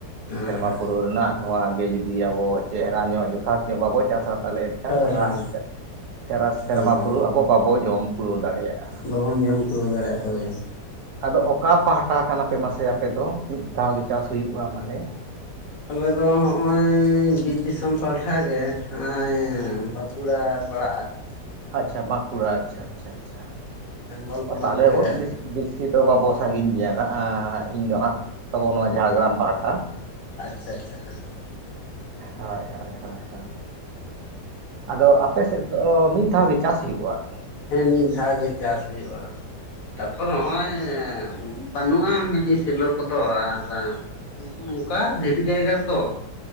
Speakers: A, on the left; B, on the right.
A: ᱦᱮᱸ
B: ᱥᱮᱨᱢᱟ
A: ᱦᱮᱸ
B: ᱯᱩᱨᱟᱹᱣ ᱨᱮᱱᱟᱜ ᱾ ᱱᱚᱣᱟᱣ ᱜᱮ ᱡᱩᱫᱤ ᱟᱵᱚ ᱪᱮᱦᱨᱟ ᱧᱚᱜ ᱡᱚᱛᱷᱟᱛ ᱧᱚᱜ ᱵᱟᱵᱚ ᱪᱟᱥᱟ ᱛᱟᱦᱚᱞᱮ ᱮᱠᱷᱟᱱ
A: ᱦᱳᱭ
B: ᱥᱟᱨᱟ
A: ᱦᱳᱭ
B: ᱥᱮ ᱥᱟᱨᱟ ᱥᱮᱨᱢᱟ
A: ᱦᱮᱸ
B: ᱯᱩᱨᱟᱹᱣ ᱟᱵᱚ ᱵᱟᱵᱚ ᱡᱚᱢ ᱠᱩᱲᱟᱹᱣ ᱫᱟᱲᱮᱭᱟᱜᱼᱟ ᱾
A: ᱵᱟᱵᱚᱱ ᱡᱚᱢ ᱠᱩᱲᱟᱹᱣ ᱫᱟᱲᱮᱭᱟᱜᱼᱟ ᱦᱳᱭ᱾
B: ᱟᱫᱚ ᱚᱠᱟ ᱯᱟᱦᱴᱟ ᱠᱟᱱᱟ ᱯᱮ ᱢᱟᱥᱮ ᱟᱯᱮ ᱫᱚ ᱾ ᱢᱤᱫ ᱫᱷᱟᱣ ᱜᱮ ᱪᱟᱥ ᱦᱩᱭᱩᱜᱼᱟ ᱢᱟᱱᱮ
A: ᱟᱞᱮᱫ ᱫᱚ ᱦᱚᱜᱼᱚᱭ ᱵᱤᱨ ᱫᱤᱥᱚᱢ ᱯᱟᱦᱴᱟ ᱜᱮ ᱱᱚᱜᱼᱚᱭ ᱠᱩᱲᱟᱹ ᱯᱟᱲᱟᱜᱼᱟ ᱟᱨᱠᱤ?
B: ᱟᱪᱷᱟ ᱵᱟᱸᱠᱩᱲᱟ ᱟᱪᱪᱷᱟ ᱟᱪᱪᱷᱟ
A: ᱵᱮᱝᱜᱚᱞ ᱯᱚᱱᱚᱛ
B: ᱛᱟᱦᱚᱞᱮ ᱮᱵᱚᱱ
A: ᱜᱮ
B: ᱵᱮᱥᱤ ᱵᱮᱥᱤ ᱫᱚ ᱵᱟᱵᱚ ᱥᱟᱺᱜᱤᱧ ᱜᱮᱭᱟ ᱱᱟᱜ, ᱤᱧ ᱫᱚ ᱦᱟᱸᱜ ᱛᱟᱵᱚ ᱱᱚᱣᱟ ᱡᱷᱟᱲᱜᱨᱟᱢ ᱯᱟᱦᱴᱟ ᱾
A: ᱟᱪᱪᱷᱟ ᱟᱪᱪᱷᱟ ᱾ ᱦᱮᱸ ᱦᱮᱸ ᱾
B: ᱦᱳᱭ ᱦᱳᱭ ᱦᱳᱭ ᱦᱳᱭ᱾ ᱟᱫᱚ ᱟᱯᱮ ᱥᱮᱫ ᱟᱫᱚ ᱢᱤᱫ ᱫᱷᱟᱣ ᱜᱮ ᱪᱟᱥ ᱦᱩᱭᱩᱜᱼᱟ ᱾
A: ᱦᱮᱸ, ᱢᱤᱫ ᱫᱷᱟᱣ ᱜᱮ ᱪᱟᱥ ᱦᱳᱭᱳᱜᱼᱟ ᱾ ᱛᱟᱯᱚᱨ ᱦᱚᱜᱼᱚᱭ ᱵᱟᱹᱱᱩᱜᱼᱟ ᱢᱤᱱᱤ ᱥᱮᱞᱳ ᱠᱚᱫᱚ ᱟᱨ ᱱᱚᱝᱠᱟ ᱫᱷᱤᱨᱤ ᱡᱟᱭᱜᱟ ᱛᱚ